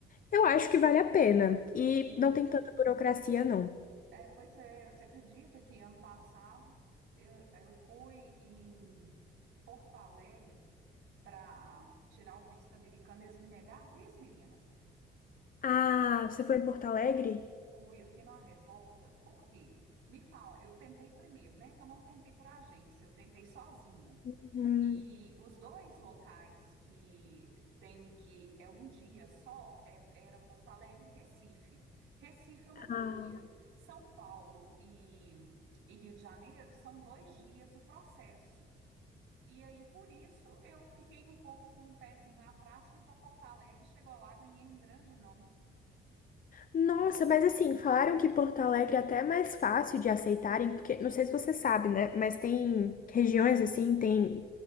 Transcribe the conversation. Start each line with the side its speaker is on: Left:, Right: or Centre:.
Left: Eu acho que vale a pena. E
Right: Sim.
Left: não tem tanta burocracia, não.
Right: É, pois é, você acredita que ano passado eu, eu fui em Porto Alegre para tirar o visto americano, eles me negaram visto, menina?
Left: Ah, você foi em Porto Alegre?
Right: Fui, eu fiquei numa revolta. Por quê? Me fala, eu tentei primeiro, né? Que eu não tentei por agência, eu tentei sozinha.
Left: Hum,
Right: E os dois locais que tem que é um dia só, é- era Porto Alegre e Recife. Recife eu não
Left: Ah.
Right: queria. São Paulo e, e Rio de Janeiro são dois dias o processo. E aí, por isso, eu fiquei um pouco com o pezinho atrás, fui para Porto Alegre, chegou lá, ganhei um grande não.
Left: Nossa, mas assim, falaram que Porto Alegre é até mais fácil de aceitarem, porque não sei se você sabe, né? Mas tem regiões assim, tem,